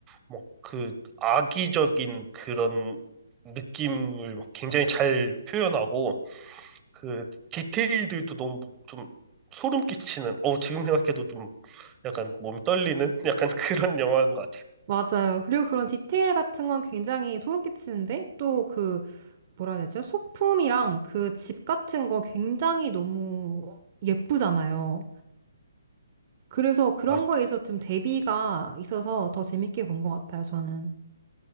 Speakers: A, on the right; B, on the right.
A: 막 그 악의적인 그런 느낌을 막 굉장히 잘 표현하고 그 디테일들도 너무 좀 소름 끼치는 어 지금 생각해도 좀 약간 몸이 떨리는 <laughs> 약간 그런 영화인 것
B: 맞아요. 그리고 그런 디테일 같은 건 굉장히 소름 끼치는데 또 그 뭐라 해야 되죠? 소품이랑 그 집 같은 거 굉장히 너무 예쁘잖아요. 그래서 그런
A: 아,
B: 거에 있어서 좀 대비가 있어서 더 재밌게 본 것 같아요, 저는.